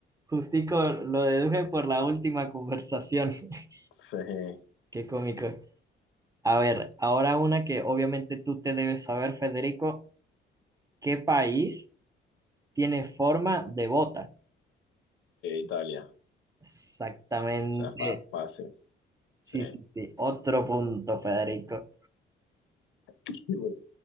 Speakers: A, on the right; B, on the left.
A: Justico lo deduje por la última conversación. <laughs>
B: Sí, eh,
A: Qué cómico. A ver, ahora una que obviamente tú te debes saber, Federico. ¿Qué país tiene forma de bota?
B: Italia.
A: Exactamente.
B: O sea, fa- fácil.
A: Sí,
B: Sí.
A: sí, sí. Otro punto, Federico.
B: <laughs> Bueno,